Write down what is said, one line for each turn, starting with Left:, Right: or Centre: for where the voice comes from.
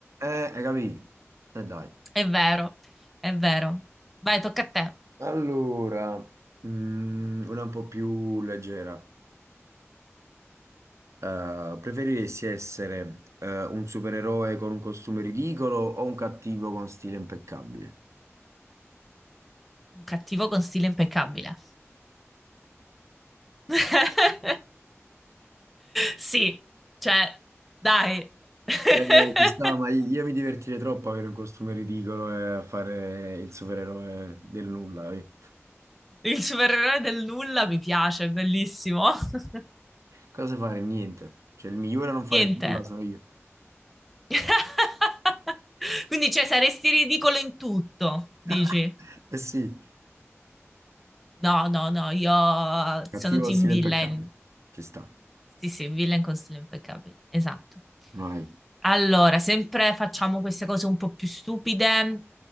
Right: Eh, hai capito? E dai.
Centre: È vero, è vero. Vai, tocca a te.
Right: Allora, Mm, una un po' più leggera. Eh, preferiresti essere eh, un supereroe con un costume ridicolo o un cattivo con stile impeccabile?
Centre: Un cattivo con stile impeccabile. <laughs> Sì, cioè, dai. <laughs>
Right: Eh, ci sta, ma io mi divertirei troppo a avere un costume ridicolo e a fare il supereroe del nulla. eh.
Centre: Il supereroe del nulla mi piace, è bellissimo. <laughs>
Right: Cosa fare? Niente. Cioè, il migliore a non fare
Centre: Niente.
Right: nulla sono io.
Centre: <laughs> Quindi, cioè, saresti ridicolo in tutto, dici?
Right: <laughs> Eh sì,
Centre: No, no, no, io
Right: cattivo
Centre: sono team
Right: con stile
Centre: villain.
Right: impeccabile. Ci sta.
Centre: Sì, sì, villain con stile impeccabile, esatto.
Right: Vai.
Centre: Allora, sempre facciamo queste cose un po' più stupide.